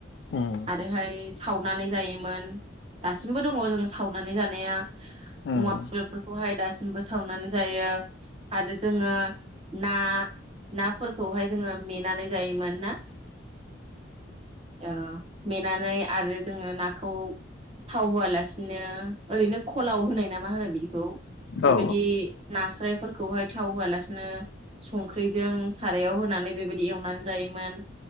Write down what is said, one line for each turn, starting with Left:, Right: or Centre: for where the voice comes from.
Left: उम
Right: आरोहाय सावनानै जायोमोन दासिमबो दङ' जों सावनानै जानाया।
Left: उम
Right: अमा बेदरफोरखौहाय दासिमबो सावनानै जायो आरो जोङो ना ना फोरखौहाय जोङो मेनानै जायोमोन ना? अ मेनानै आरो जोङो नाखौ थाव होआलासिनो ओरैनो खलाव होनाय ना मा होनाय बिदिखौ बेबायदि
Left: औ
Right: नास्राय फोरखौ हाय थाव होआ लासिनो संख्रैजों सारायाव होनानै बेबादि एवनानै जायोमोन